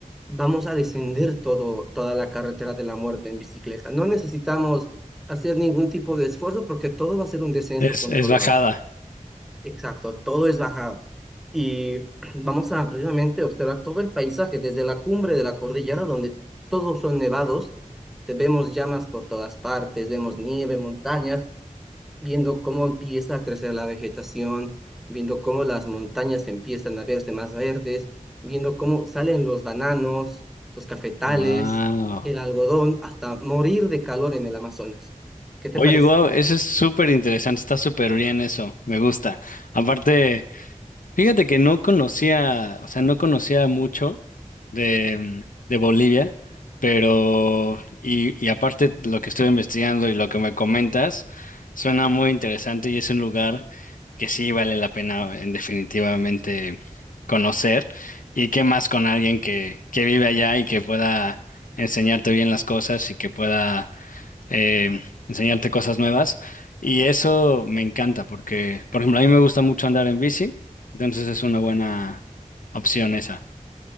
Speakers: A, in the centre; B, on the left.
A: vamos a descender todo, toda la carretera de la muerte en bicicleta. No necesitamos hacer ningún tipo de esfuerzo porque todo va a ser un descenso
B: Es,
A: controlado.
B: es bajada.
A: Exacto, todo es bajada. Y <clears throat> vamos a precisamente observar todo el paisaje, desde la cumbre de la cordillera, donde todos son nevados, te vemos llamas por todas partes, vemos nieve, montañas, viendo cómo empieza a crecer la vegetación, viendo cómo las montañas empiezan a verse más verdes, viendo cómo salen los bananos, los cafetales,
B: Wow.
A: el algodón, hasta morir de calor en el Amazonas. ¿Qué te
B: Oye,
A: parece?
B: wow, eso es súper interesante, está súper bien eso, me gusta. Aparte. Fíjate que no conocía, o sea, no conocía mucho de, mm, de Bolivia, pero, y, y aparte lo que estuve investigando y lo que me comentas, suena muy interesante y es un lugar que sí vale la pena en definitivamente conocer. Y qué más con alguien que, que vive allá y que pueda enseñarte bien las cosas y que pueda eh, enseñarte cosas nuevas. Y eso me encanta porque, por ejemplo, a mí me gusta mucho andar en bici, entonces es una buena opción esa.